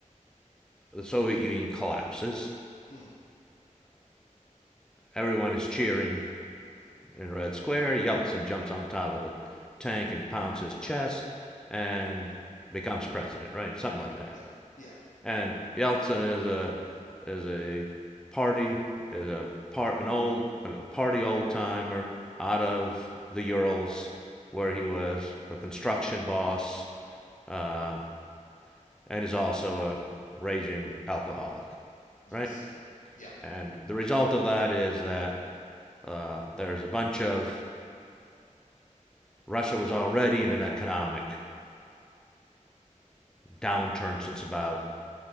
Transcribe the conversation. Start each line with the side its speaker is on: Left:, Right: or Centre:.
Centre: the Soviet Union collapses.
Left: hmm
Centre: Everyone is cheering In Red Square, Yeltsin jumps on top of a tank and pounds his chest and becomes president, right? Something like that.
Left: Yeah. Yeah.
Centre: And Yeltsin is a is a party is a part an old a party old timer out of the Urals where he was a construction boss um, and is also a raging alcoholic,
Left: Yes.
Centre: right?
Left: Yeah.
Centre: And the result of that is that uh, there's a bunch of Russia was already in an economic downturn since about